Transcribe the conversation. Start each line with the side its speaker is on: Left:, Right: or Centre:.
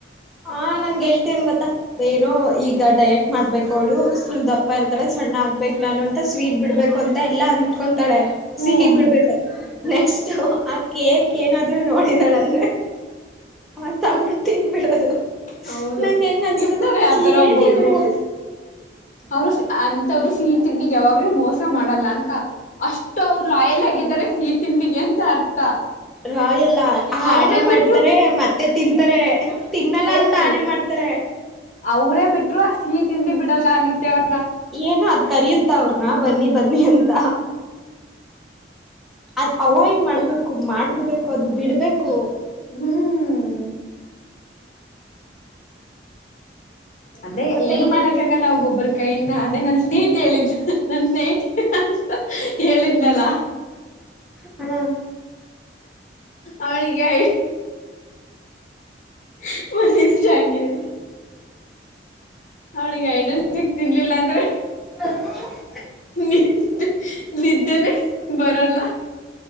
Centre: ಹಾ ನನ್ನ ಗೆಳತಿ ಏನ್ ಗೊತ್ತಾ ಏನು ಈಗ ಡಯಾಟ್ ಮಾಡ್ಬೇಕು. <unintelligible> ಸುಲ್ ದಪ್ಪ ಇರ್ತಾಳೆ ಸಣ್ಣ ಆಗ್ಬೇಕು ನಾನು ಅಂತ ಸ್ವೀಟ್ ಬಿಡ್ಬೇಕು ಅಂತ ಎಲ್ಲ ಅತ್ಕೊಂಡ ತಳೆ
Left: ಹ್ಮ್
Centre: ಸಿಹಿಗ್ ಬಿಡ್ಬೇಕ ನೆಕ್ಸ್ಟ್. <unintelligible> ಕೇಕ್ ಏನಾದ್ರು ನೋಡಿದಾಳ ಅಂದ್ರೆ ಆ ತಗೊಂಡು ತಿನ್ಬಿಡೋದು.
Left: ಹೌದು
Centre: ನಂಗ ಹೆಂಗ ಅನ್ಸದ
Left: ಇರ್ತಾರೆ ಆತರ
Centre: ಏನ್
Left: ಒಬ್ಬೊಬ್ರು.
Centre: ಇವ್ರು
Left: ಅವ್ರು ಅಂತವ್ರು ಸಿಹಿ ತಿಂಡಿಗೆ ಯಾವಾಗ್ಲೂ ಮೋಸ ಮಾಡಲ್ಲ ಅಂತ. ಅಷ್ಟು ಅವರು ಲಾಯಲ್ ಆಗಿದ್ದಾರೆ ಸಿಹಿ ತಿಂಡಿಗೆ ಅಂತ ಅರ್ಥ.
Centre: ಲಾಯಲ್ ಹಾ
Left: ಅವರೇ
Centre: ಆಣೆ ಮಾಡ್ತಾರೆ
Left: ಬಿಟ್ರು
Centre: ಮತ್ತೆ ತಿಂತಾರೆ. ತಿನ್ನಲ್ಲ
Left: ಕೇಳಿ
Centre: ಅಂತ ಆಣೆ ಮಾಡ್ತಾರೆ.
Left: ಅವರೇ ಬಿಟ್ರು ಸಿಹಿ ತಿಂಡಿ ಬಿಡಲ್ಲ ಅನ್ನತ್ತೆ ಅವ
Centre: ಏನು ಅದ್ ಕರಿಯುತ್ತ ಅವ್ರನ ಬನ್ನಿ ಬನ್ನಿ ಅಂತ. ಅದ್ ಅವಾಯ್ಡ್ ಮಾಡ್ಬೇಕು ಮಾಡ್ಬಿಡ್ಬೇಕು ಅದು ಬಿಡ್ಬೇಕು.
Left: ಹ್ಮ್ ಅದೇ
Centre: ಮತ್ತೆ
Left: ಏನು
Centre: ಇನ್ನೇನು
Left: ಮಾಡಕ್ಕಾಗಲ್ಲ ಒಬ್ಬೊಬ್ಬ್ರ ಕೈಯಿಂದ ಅದೇ ನನ್ ಸ್ನೇಹಿತ ಹೇಳಿದ್ನ ನನ್ ಸ್ನೇಹಿತೆ ಅಂತ ಹೇಳಿದ್ನಲ್ಲ.
Centre: ಹ
Left: ಅವಳಿಗೆ <unintelligible> ಅವ್ಳಿಗೆ ಹೈಡ್ ಅಂಡ್ ಸಿಕ್ ತಿನ್ಲಿಲ್ಲ ಅಂದ್ರೆ.
Centre: <inaudible>
Left: ನಿದ್ದೆ ನಿದ್ದೇನೆ ಬರಲ್ಲ.